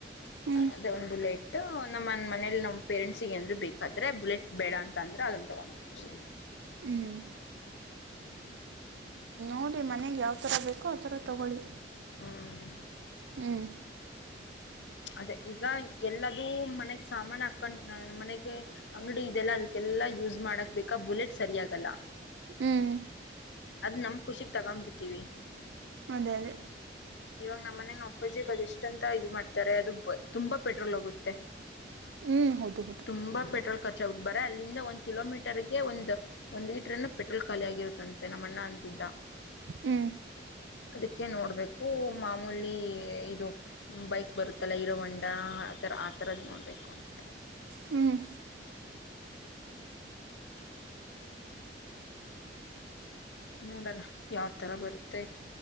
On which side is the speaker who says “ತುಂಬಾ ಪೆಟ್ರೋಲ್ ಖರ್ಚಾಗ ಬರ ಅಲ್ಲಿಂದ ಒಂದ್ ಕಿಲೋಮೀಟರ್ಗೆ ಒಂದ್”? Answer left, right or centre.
Left